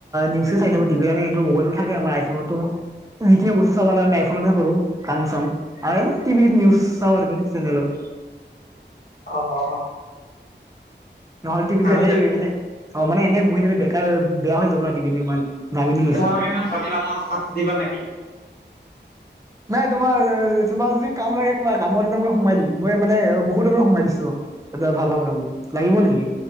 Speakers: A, on the right; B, on the left.
A: নিউজে চাই থাকো টিভিত আমি এইটো মোবাইলত থাকে আমাৰ আইফোনতো। যিখিনি বস্তু চাব লাগে আইফোনতে কৰো, কাম চাম <unintelligible> টিভিত নিউছ চাওঁ আৰ কি চেনেলত।
B: অ'।
A: নহ'লে টিভিটো
B: ভালে
A: এনেই
B: দেখোন
A: এনে অ', মানে এনেই বহি থাকিলে বেকাৰ বেয়া হৈ যাব ন টিভিটো ইমান দামী দি লৈছো
B: তোমালোকে ইমান ধনী মানুহ আৰু কাডটো দিবা নেকি?
A: নাই তোমাৰ এ, তোমাৰ যদি কাম লাগে কোৱা কামত এটা মই সোমাই দিম। মই মানে এ, বহুতকে সোমাই দিছোঁ। এটে ভাল ভাল কাম, লাগিব নেকি?